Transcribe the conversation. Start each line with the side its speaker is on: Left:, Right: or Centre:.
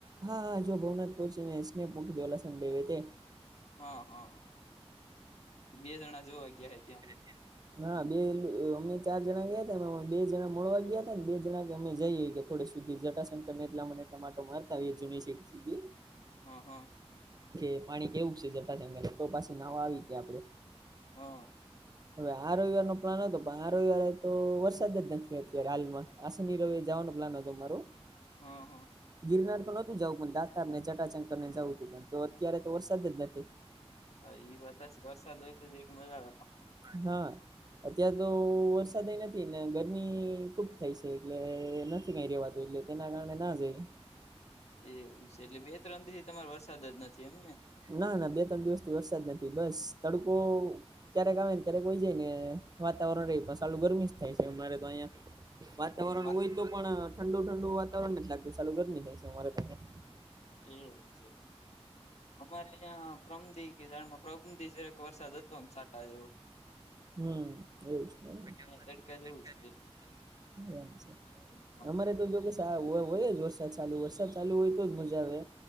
Right: હા હા જો ભવનાથ પહોચી ને સ્નેપો કીધો લસડે તે
Left: હા હા હ બે જણા જોવા ગયા હ ત્યાં
Right: ત્યાં હા બે અમે ચાર જણા ગયા હતામે બે જણા મળવા ગયા હતા ને બે જણા કે અમે જઈએ કે થોડ સુધી જ એટલા મ એટો મારતાુનટીધી
Left: હા હા.
Right: કે પાણી કેવું છે જટાશંગને તો પાછી નાવ
Left: હા
Right: આવી કે આપડે
Left: હા
Right: હવે આ રવિવાર નો પ્લાન હતો પણ આ રવિવારે તો વરસાદ જ નથી અત્યારે હાલમાં આશ ની ર જવાનો પ્લાન હતો હતો મારો
Left: હા
Right: ગિરનાર તો ન જવું પણ દાતર ને ચટાચંકર ને જવું તું પણ તો અત્યારે તો વરસાદ જ નથી.
Left: હ એ વાત વસાદોયત જ રક મા
Right: હા અત્યાર તો વરસાદ નથી ને ગરમી ખુબ થઈ છે, એટલે નથી કઈ રેવાતું એટલે તેના કારણે ના જઈ.
Left: એવું છે એટલે બે ત્રણ દી થી તમાર વરસાદ જ નથી એમને
Right: ના ના બે ત્રણ દિવસથી વરસાદ નથી બસ તડકો ક્યારેક આવે ને ક્યારેક વય જાય ને વાતાવરણ પણ સાલું ગરમી જ થાય છે અમારે તો અહિયાં વાતાવરણ
Left: એ વાત
Right: હોય તો પણ ઠંડુ ઠંડુ વાતાવરણ ન જ લાગતું ચાલું ગરમી થાય છે, અમારે કંયા
Left: હમ છે. અમારે અહં પ્રમધિ કે ઝાડમાં પ્રધિ જેક વરસાદ હતો એમ સાટા જેવું
Right: હમ્મ એવું જ
Left: તડકા
Right: ન
Left: જેવું જ છે
Right: મ છે,
Left: હા
Right: અમારે તો જો <unintelligible> હોય વરસાદ ચાલુ વરસાદ ચાલુ હોય તોજ મજા આવે